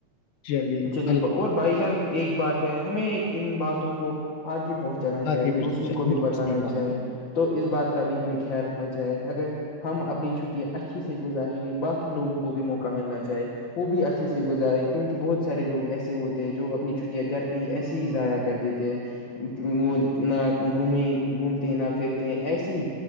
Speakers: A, on the left (about 70°); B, on the left (about 50°).
A: جیلیے
B: چلیے
A: اللہ
B: اور بھائی جان ایک بات ہے ہمیں ان باتوں کو آگے پہنچ جانا
A: آ
B: چاہے
A: کے بجانا
B: دوسروں
A: چاہیے
B: کو بھی
A: بالکل
B: بتانا
A: صحیح کہا آپ
B: چاہے تو اس بات کا بھی ہمیں خیال رکھنا چاہے اگر ہم اپنی چھٹیاں اچھیے سے گزاریں گے باقی لوگوں کو بھی موقع ملنا چاہے وہ بھی اچھے سے گزارے کیونکہ بہت سارے لگ ایسے ہوتے ہیں جو اپنی چھٹیاں گھر پہ ہی ایسے ہی ضائع کر دیتے ہیں وہ نہ گھومیں گھومتے ہیں نہ پھرتے ایسے ہی